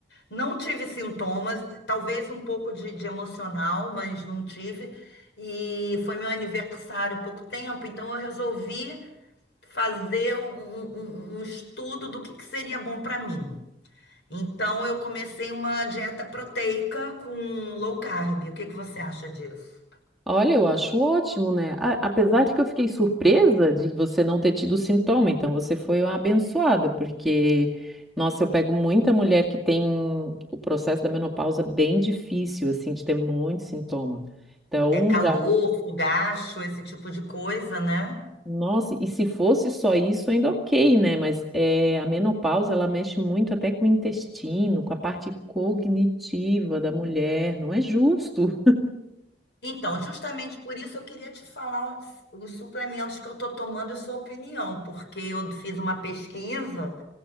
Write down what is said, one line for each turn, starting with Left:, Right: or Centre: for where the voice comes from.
Left: Não tive sintomas, talvez um pouco de, de emocional, mas não tive. E foi meu aniversário há pouco tempo, então eu resolvi fazer um, um- um um estudo do que, que seria bom para mim. Então eu comecei uma dieta proteica com low carb. O que que você acha disso?
Centre: Olha, eu acho ótimo, né? A- apesar de que eu fiquei surpresa de você não ter tido sintoma, então você foi uma abençoada, porque, nossa, eu pego muita mulher que tem o processo da menopausa bem difícil, assim, de ter muito sintoma. Então,
Left: É calor,
Centre: já,
Left: fogacho, esse tipo de coisa, né?
Centre: nossa, e se fosse só isso, ainda ok, né? Mas é, a menopausa, ela mexe muito até com o intestino, com a parte cognitiva da mulher, não é justo.
Left: Então, justamente por isso eu queria te falar os, os suplementos que eu estou tomando e sua opinião, porque eu fiz uma pesquisa,